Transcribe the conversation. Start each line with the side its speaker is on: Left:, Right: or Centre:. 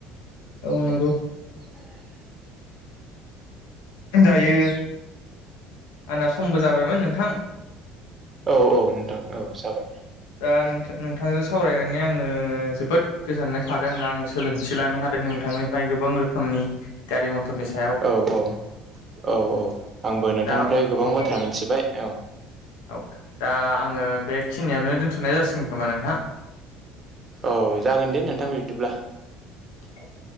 Left: औ नोंगौ।
Right: <inaudible>
Left: जायो। आंना समबो जाबायमोन नोंथां।
Right: औ औ नोंथां औ जाबाय।
Left: दा नोंथां नोंथांजों सावरायनानै आङो जोबोद गोजोननाय थादों आं सोलोंथि लानो हादों। नोंथांनिफ्राय गोबां रोख खोमनि गारि मथरनि सायाव
Right: औ औ औ औ आंबो नोंथांनिफ्राय
Left: दा अ
Right: गोबां
Left: औ
Right: बाथ्रा
Left: औ।
Right: मिथिबाय औ
Left: औ दा आङो बे खिनियावनो दोनथ'नाय जासिगोन खोमा नोंथां।
Right: औ जागोन दे नोंथां बिबदिब्ला।
Left: औ